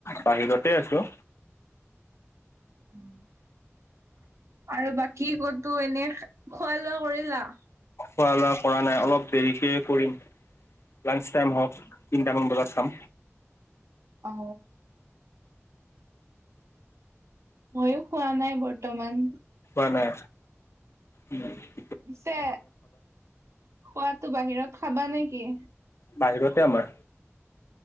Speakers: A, on the left; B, on the right.
A: বাহিৰতে আছো।
B: উম' আৰু বাকী ক'তো এনেই খোৱা লোৱা কৰিলা?
A: খোৱা লোৱা কৰা নাই অলপ দেৰিকে কৰিম লাঞ্চ টাইম হওক তিনটামান বজাত খাম।
B: অ ময়ো খোৱা নাই বৰ্তমান।
A: ম নাই উম
B: পিছে খোৱাতটো বাহিৰত খাবা নেকি?
A: বাহিৰতে আমাৰ